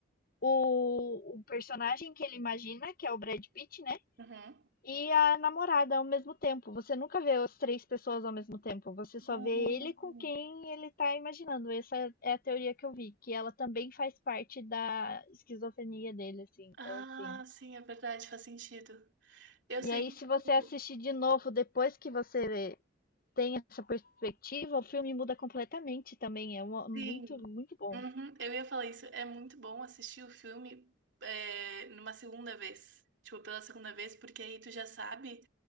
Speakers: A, on the left; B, on the right.
A: o, o personagem que ele imagina, que é o Brad Pitt, né?
B: Uhum.
A: e a namorada ao mesmo tempo. Você nunca vê as três pessoas ao mesmo tempo. Você só
B: Hum.
A: vê ele com quem ele tá imaginando. Essa é a teoria que eu vi, que ela também faz parte da esquizofrenia dele, assim. Então,
B: Ah,
A: assim.
B: sim, é verdade, faz sentido. Eu sei
A: E aí,
B: que,
A: se
B: tipo,
A: você assistir de novo depois que você tem essa perspectiva, o filme muda completamente também. É uma- muito,
B: sim,
A: muito bom.
B: Uhum, eu ia falar isso. É muito bom assistir o filme é, numa segunda vez. Tipo, pela segunda vez, porque aí tu já sabe